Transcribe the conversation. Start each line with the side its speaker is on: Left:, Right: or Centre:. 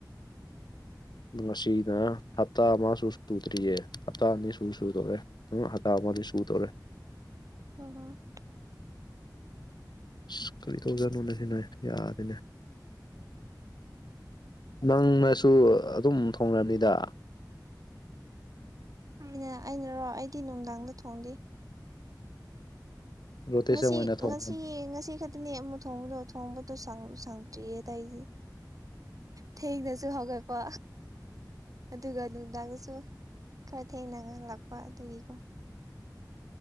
Left: ꯑꯗꯨ ꯉꯁꯤꯒ ꯍꯞꯇꯥ ꯑꯃꯁꯨ ꯁꯨꯗ꯭ꯔꯤꯌꯦ ꯍꯞꯇꯥ ꯑꯅꯤ ꯁꯨ ꯁꯨꯗꯣꯔꯦ ꯑꯨꯡ ꯍꯞꯇꯥ ꯑꯃꯗꯤ ꯁꯨꯗꯧꯔꯦ
Right: <unintelligible>
Left: ꯏꯁ ꯀꯔꯤ ꯇꯧꯖꯅꯣꯅꯦꯍꯦꯅꯦ ꯌꯥꯗꯦꯅꯦ ꯅꯪꯅꯁꯨ ꯑꯗꯨꯝ ꯊꯣꯡꯔꯝꯅꯤꯗ
Right: ꯑꯩꯅ ꯑꯩꯅꯔꯣ ꯑꯩꯗꯤ ꯅꯨꯡꯗꯥꯡꯗ ꯊꯣꯡꯗꯦ
Left: ꯔꯣꯇꯦꯁꯟ
Right: ꯉꯁꯤ
Left: ꯑꯣꯏꯅ ꯊꯣꯡꯕ
Right: ꯉꯁꯤ ꯉꯁꯤ ꯈꯠ ꯇꯅꯦ ꯑꯃꯨꯛ ꯊꯣꯡꯕꯗꯣ ꯊꯣꯡꯕꯗꯣ ꯁꯪ ꯁꯪꯇ꯭ꯔꯤꯌꯦ ꯑꯇꯩꯗꯤ ꯊꯦꯡꯅꯁꯨ ꯍꯧꯒꯠꯄ ꯑꯗꯨꯒ ꯅꯨꯡꯗꯥꯡꯗꯁꯨ ꯈꯔ ꯊꯦꯡꯅꯥꯉ ꯍꯜꯂꯛꯄ ꯑꯗꯨꯒꯤꯀꯣ